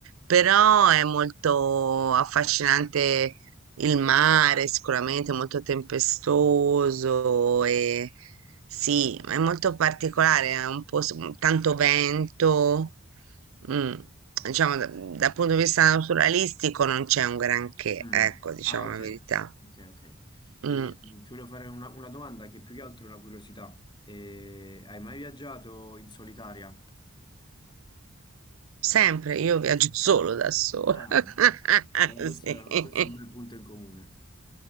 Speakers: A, on the right (about 80°); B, on the left (about 20°).
A: Però è molto affascinante il mare, sicuramente molto tempestoso e sì, è molto particolare, è un po' s- tanto vento. mm, Diciamo, da- dal punto di vista naturalistico non c'è un granché,
B: Mm.
A: ecco, diciamo
B: Ah, ok,
A: la verità.
B: ok, ok. Ehm,
A: Mm.
B: ti volevo fare una, una domanda che più che altro è una curiosità. Eh, hai mai viaggiato in solitaria?
A: Sempre, io viaggio solo
B: Ah,
A: da sola.
B: ah,
A: <laughs>
B: bene. Allora, Questo
A: Sì.
B: è, questo è un bel punto in comune.